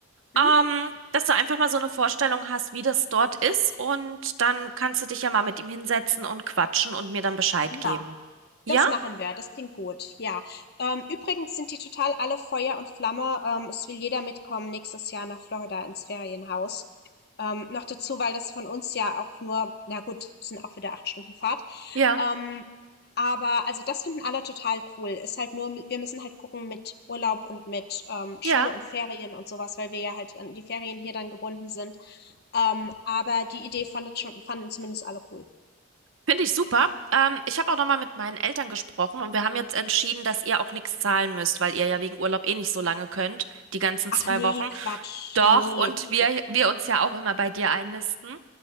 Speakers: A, on the left (about 50°); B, on the right (about 70°).
A: Mhm.
B: ähm, dass du einfach mal so eine Vorstellung hast, wie das dort ist und dann kannst du dich ja mal mit ihm hinsetzen und quatschen und mir dann Bescheid
A: Ja.
B: geben. Ja?
A: Das machen wir, das klingt gut, ja. Ähm, übrigens sind die total alle Feuer und Flamme. Ähm, es will jeder mitkommen nächstes Jahr nach Florida ins Ferienhaus. Ähm, noch dazu, weil das von uns ja auch nur, na gut, sind auch wieder acht Stunden Fahrt.
B: Ja,
A: Ähm, aber also das finden alle total cool. Ist halt nur, wir müssen halt gucken mit Urlaub und mit ähm, Schule
B: ja.
A: und Ferien und sowas, weil wir ja halt an die Ferien hier dann gebunden sind. Ähm, aber die Idee fandet schon, fanden zumindest alle cool.
B: Finde ich super. Ähm, ich habe auch nochmal mit meinen Eltern gesprochen und wir haben jetzt entschieden, dass ihr auch nichts zahlen müsst, weil ihr ja wegen Urlaub eh nicht so lange könnt, die ganzen
A: Ach
B: zwei
A: nee,
B: Wochen.
A: Quatsch.
B: Doch,
A: Nee,
B: und
A: du.
B: wir, wir uns ja auch immer bei dir einnisten